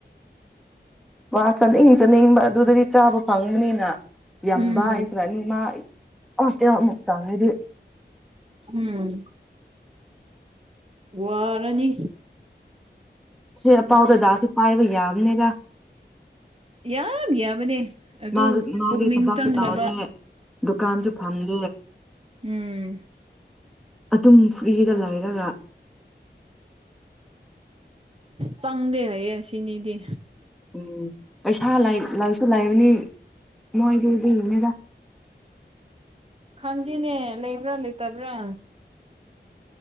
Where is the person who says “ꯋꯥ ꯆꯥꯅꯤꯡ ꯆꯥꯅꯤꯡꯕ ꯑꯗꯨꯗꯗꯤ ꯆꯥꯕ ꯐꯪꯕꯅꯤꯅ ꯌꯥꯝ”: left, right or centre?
Centre